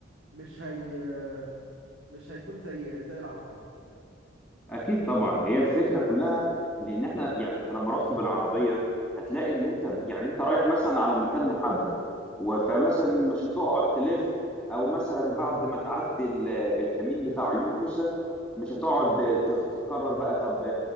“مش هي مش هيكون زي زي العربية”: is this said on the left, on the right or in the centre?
Right